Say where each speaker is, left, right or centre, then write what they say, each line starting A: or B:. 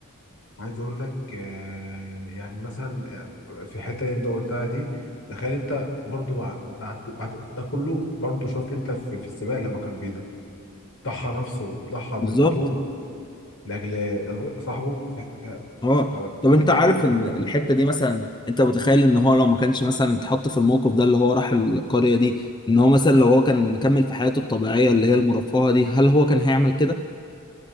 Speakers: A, on the left; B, on the left.
A: عايز اقول لك آه، يعني مثلا آه، في الحته اللي انت قلتها دي تخيل انت برضو بع- بعد بعد ده كله برضو شفت انت في, في السباق لما كان بيضحى ضحى نفسه ضحى
B: بالظبط
A: بالبطوله لاجل صاحبه ف- ف-
B: اه
A: ف-
B: طب
A: فبجد
B: انت عارف
A: الحاجات
B: ان الحته دي مثلا انت متخيل ان هو لو ما كانش مثلا اتحط في الموقف ده اللي هو راح القريه دي ان هو مثلا لو هو كان مكمل في حياته الطبيعيه اللي هي المرفهه دي هل هو كان هيعمل كده؟